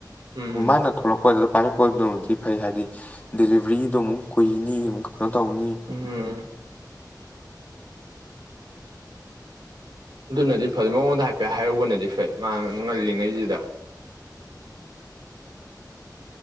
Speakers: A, on the right; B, on the left.
A: ꯎꯝ
B: ꯃꯥꯅ ꯊꯣꯛꯂꯛꯄꯗ ꯄꯥꯏꯔꯛꯄꯗꯨꯃꯗꯤ ꯐꯩ ꯍꯥꯏꯗꯤ ꯗꯦꯂꯤꯕꯔꯤꯗꯨꯣ ꯑꯃꯨꯛ ꯀꯨꯏꯅꯤ ꯑꯃꯨꯛ ꯑꯗꯨꯗꯣ ꯇꯧꯅꯤ
A: ꯎꯝ ꯑꯗꯨꯅꯗꯤ ꯐꯩ ꯃꯉꯣꯟꯗ ꯍꯥꯏꯐꯦꯠ ꯍꯥꯏꯍꯧꯕꯅꯗꯤ ꯐꯩ ꯃꯥ ꯉꯜꯂꯤꯉꯩꯁꯤꯗ